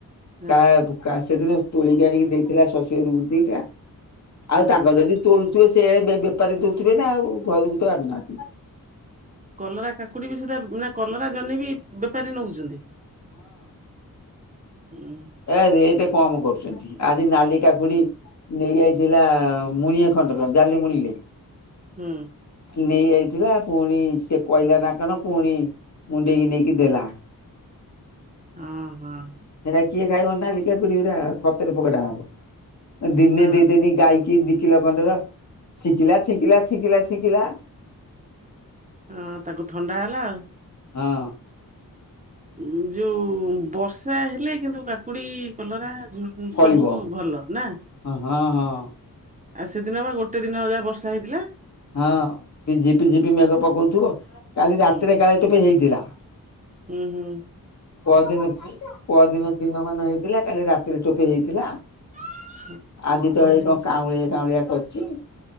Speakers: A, on the right; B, on the left.
A: ହଁ
B: କା କା ସେଦିନ ତୋଳିିକି ଆଣିକି ଦେଇଥିଲା ଶଶୁହରକୁ ଦିଇଟା
A: ହୁଁ
B: ଆଉ ତାଙ୍କ
A: ହୁଁ
B: ଯଦି ତୋଳୁଥିବେ ସେଇଆଡେ ବେ ବେପାରୀ ଦଉଥିବେ ନା ଆଉ ଘରକୁ ତ ଆଣୁନାହାନ୍ତି।
A: କଲରା କାକୁଡି ବି ସୁଧା ବୁଣା କଲରା ଜହ୍ନି ବି ବେପାରୀ ନଉଛନ୍ତି? ଉଁ
B: ଏରା ରେଟ୍ କମ୍ କରୁଛନ୍ତି ଆଜି ନାଲି କାକୁଡି ନେଇଯାଇଥିଲା ମୁଣିଏ ଖଣ୍ଡକ ଜାଲି ମୁଣିିଲେ।
A: ହୁଁ
B: ନେଇଯାଇଥିଲା ପୁଣି ସିଏ କହିଲା ନା କଣ ପୁଣି ମୁୁଣ୍ଡେଇକି ନେଇକି ଦେଲା।
A: ଓହୋ
B: ହେରା କିଏ ଖାଇବ ନାଲି କାକୁଡିଉରା କତରେ ପକଡା ହବ। ଦିନେ
A: ହଁ
B: ଦିଇଦିନି ଗାଇକି ଦିକିଲ ଖଣ୍ଡେର ଛିଙ୍କିଲା ଛିଙ୍କିଲା ଛିଙ୍କିଲା ଛିିଙ୍କିଲା।
A: ହଁ ତାକୁ ଥଣ୍ଡା ହେଲା ଆଉ।
B: ହଁ
A: ଉଁ ଯୋଉ ବର୍ଷା ହେଲା କିନ୍ତୁ କାକୁଡି କଲରା ଝୁ
B: ଫଳିବ।
A: ସବୁ ଭଲ ନା।
B: ହଁ, ହଁ ହଁ।
A: ଆ ସେଦିନ ବା ଗୋଟେ ଦିନ ଯା ବର୍ଷା ହେଇଥିଲା।
B: ହଁ ପି ଝିପି ମେଗ ପକଉଥିବ କାଲି
A: ହୁଁ
B: ରାତିରେ କାଳେ ଟୋପେ ହେଇଥିଲା।
A: ହୁଁ ହୁଁ
B: ପହଦିନ ପହଦିନ ଦିନ ମାନ ହେଇଥିଲା କାଲି ରାତିରେ ଟୋପେ ହେଇଥିଲା।
A: <inaudible>
B: ଆଜି ତ ହେଇ କଣ କାଉଁଳିଆ କାଉଁଳିଆ କରୁଛି